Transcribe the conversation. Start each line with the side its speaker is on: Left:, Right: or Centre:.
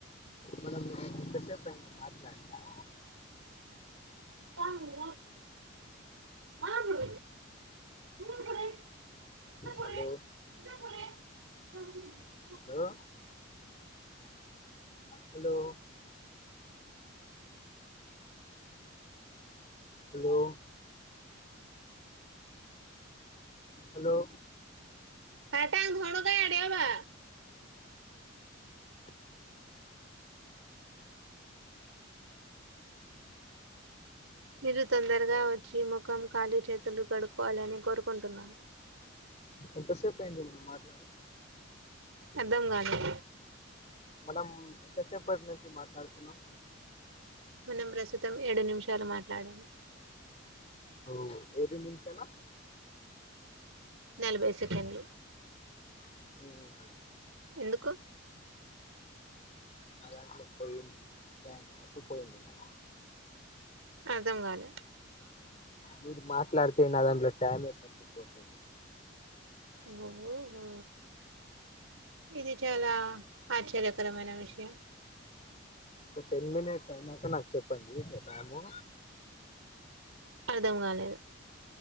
Left: మనం ఎంతసేపు అయింది మాట్లాడక
Right: తాపుడి మనపుడ మమపుడ <unintelligible>
Left: హలో
Right: అద అదే <unintelligible>
Left: హలో హలో హలో హలో
Right: హాటంగ్ హున్ గయా డేవా మీరు తొందరగా వచ్చి ముఖం కాళ్ళు చేతులు కడుక్కోవాలని కోరుకుంటున్నాము
Left: ఎంతసేపయింది మనం మాట్లాడి
Right: అర్ధం కాలే
Left: మనం ఎంతసేపటి నుంచి మాట్లాడుతున్నాం
Right: మనం ప్రస్తుతం ఏడు నిమిషాలు మాట్లాడామ్
Left: ఓ ఏడు నిమిషాల
Right: నలభై సెకండ్లు
Left: ఉమ్
Right: ఎందుకు
Left: నాదాంట్ల పోయి ఎకు <unintelligible> పోయిందిన్నద
Right: అర్థం కాలే
Left: మీరు మాట్లాడితే నా దాంట్లో ట్యామే తప్పుపోతుంది
Right: నువ్వు హో ఇది చాలా ఆశ్చర్యకరమైన విషయం
Left: ఒక టెన్ మినిట్స్ అయినాక నాకు చెప్పండి టైము
Right: అర్ధం కాలేదు